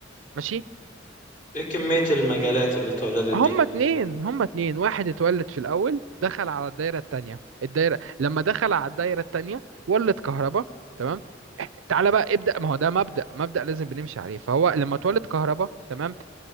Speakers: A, on the right; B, on the left.
A: ماشي
B: ايه كمية المجالات اللي اتولدت
A: هما
B: دي
A: اتنين هما اتنين واحد اتولد في الأول دخل على الدايرة التانية الدايرة لما دخل على الدايرة التانية ولد كهرباء تمام إح- تعالى بقى ابدأ ما هو ده مبدأ مبدأ لازم بنمشي عليه فهو لما اتولد كهرباء تمام